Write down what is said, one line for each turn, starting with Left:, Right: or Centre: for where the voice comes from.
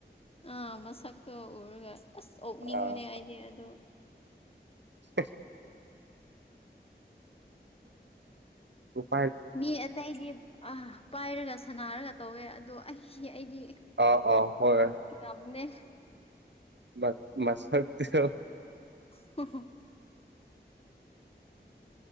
Left: ꯑꯥ ꯃꯁꯛꯇꯣ ꯎꯔꯒ ꯑꯁ ꯑꯣꯛꯅꯤꯡꯕꯅꯦ
Right: ꯑꯥ
Left: ꯑꯩꯗꯤ ꯑꯗꯣ
Right: ꯁꯄꯁ ꯎꯝ
Left: ꯃꯤ ꯑꯇꯩꯗꯤ ꯑ ꯄꯥꯏꯔꯒ ꯁꯥꯟꯅꯔꯒ ꯇꯧꯋꯦ ꯑꯗꯣ ꯑꯩ ꯑꯩꯗꯤ
Right: ꯑꯥ ꯑꯥ ꯍꯣꯏ
Left: ꯉꯝꯅꯦ
Right: ꯃ ꯃꯁꯛꯇ‌ꯣ
Left: <unintelligible>